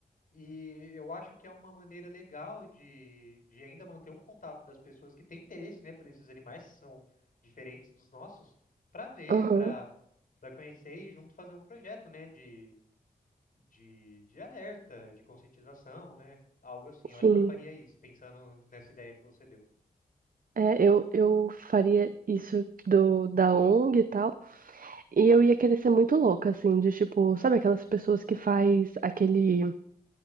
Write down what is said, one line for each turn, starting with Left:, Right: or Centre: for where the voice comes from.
Left: E eu acho que é uma maneira legal de, de ainda manter um contato das pessoas que têm interesse, né, por esses animais que são diferentes dos nossos, para ver,
Right: Aham,
Left: para para conhecer e junto fazer um projeto, né, de, de, de alerta, de conscientização, né, algo assim.
Right: sim.
Left: Eu acho que eu faria isso, pensando nessa ideia que você deu.
Right: É, eu, eu faria isso do da ONG e tal, e eu ia querer ser muito louca, assim, de tipo, sabe aquelas pessoas que faz aquele